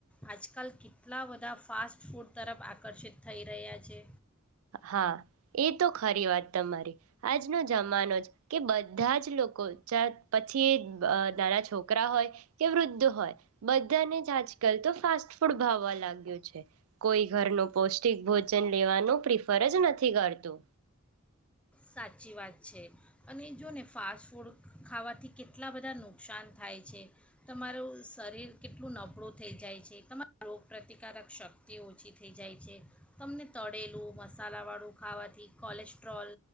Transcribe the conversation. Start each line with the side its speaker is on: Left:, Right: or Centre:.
Centre: આજકાલ કેટલા બધા ફાસ્ટ ફૂડ તરફ આકર્ષિત થઈ રહ્યા છે
Right: હા એ તો ખરી વાત તમારી આજનો જમાનો છે કે બધા જ લોકો પછી એ નાના છોકરા હોય કે વૃદ્ધ હોય બધાને જ આજકાલ તો ફાસ્ટ ફૂડ ભાવવા લાગ્યું છે કોઈ ઘરનું પૌષ્ટિક ભોજન લેવાનું પ્ર ફરજ નથી કરતું
Centre: સાચી વાત છે અને જો ને ફાસ્ટ ફૂડ ખાવાથી કેટલા બધા નુકસાન થાય છે તમારું શરીર કેટલું નબળું થઈ જાય છે તમારા રોગ પ્ર્રતિકારક શક્તિ ઓછી થઈ જાય છે તમને તળેલું મસાલાવાળું ખાવાથી કોલેસ્ટ્રોલ